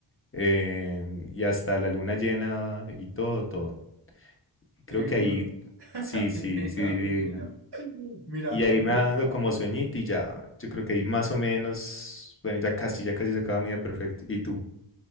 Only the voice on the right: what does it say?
Divino.
<laughs>
Divino,
divino. Mira,
a mí